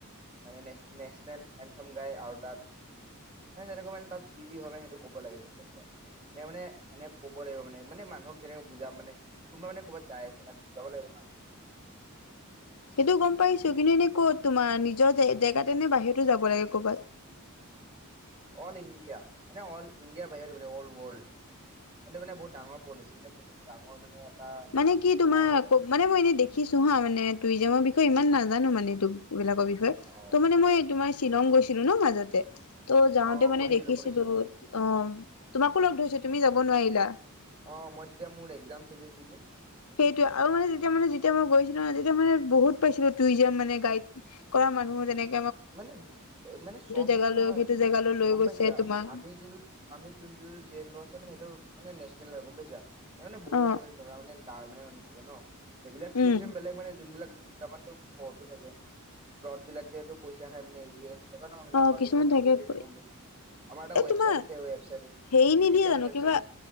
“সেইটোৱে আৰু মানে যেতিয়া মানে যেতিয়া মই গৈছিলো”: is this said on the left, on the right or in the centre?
Left